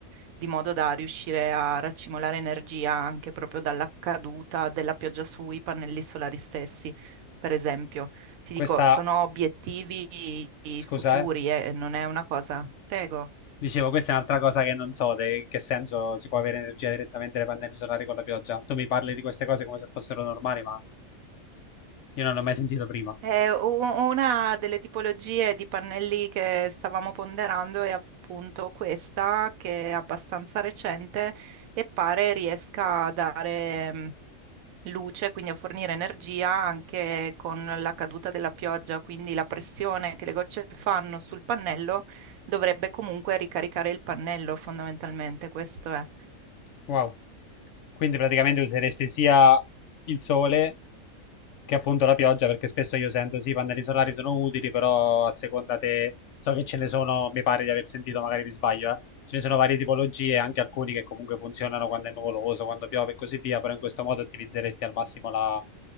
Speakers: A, on the right (about 85°); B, on the left (about 65°).
A: di modo da riuscire a raccimolare energia anche proprio dalla caduta della pioggia sui pannelli solari stessi, per esempio. Ti
B: Questa,
A: dico, sono obiettivi
B: scusa,
A: futuri
B: eh?
A: eh, e non è una cosa. Prego.
B: Dicevo, questa è un'altra cosa che non so, de- in che senso si può avere energia direttamente dai pannelli solari con la pioggia. Tu mi parli di queste cose come se fossero normali, ma io non l'ho mai sentito prima.
A: Eh, u- una delle tipologie di pannelli che stavamo ponderando è appunto questa, che è abbastanza recente e pare riesca a dare mh, luce, quindi a fornire energia anche con la caduta della pioggia, quindi la pressione che le gocce fanno sul pannello dovrebbe comunque ricaricare il pannello, fondamentalmente, questo è.
B: Wow. Quindi praticamente useresti sia il sole che appunto la pioggia, perché spesso io sento sì, i pannelli solari sono utili, però a seconda te so che ce ne sono, mi pare di aver sentito, magari mi sbaglio, eh. Ce ne sono varie tipologie, anche alcuni che comunque funzionano quando è nuvoloso, quando piove e così via, però in questo modo ottimizzeresti al massimo la